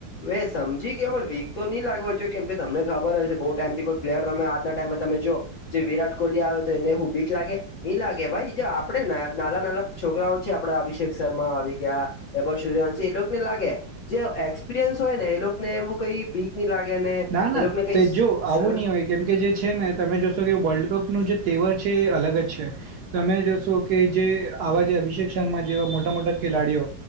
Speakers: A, on the left; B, on the right.
A: વે સમજી ગ્યો પણ વીક તો નહી લાગવા જો કેમ કે તમને ખબર હશે બહુ ટાઈમ થી કોઈ પ્લેયર રમે આજના ટાઈમેમાં તમે જોઓ જે વિરાટ કોહલી આવે તો એને હું ભીક લાગે? ની લાગે ભાઈ આપડે નાના નાના છોકરાઓ છે આપડા અભિષેક શર્મા આવી ગ્યા વૈભવ સૂર્યવાંશી એ લોકોને લાગે જે એક્સપિરિયન્સ હોય ને એ લોકોને એવું કઈ બી ક ની લાગે ને
B: ના ના
A: એલોકો ને કઈ
B: તે
A: સ
B: જો આવું
A: સર
B: નહીં હોય કેમ કે જે છે ને તમે જોશો કે વર્લ્ડ કપનું જે તેવર છે એ અલગ જ છે. તમે જોશો કે જે આવા જે અભિષેક શર્મા જેવા મોટા મોટા ખેલાડીઓ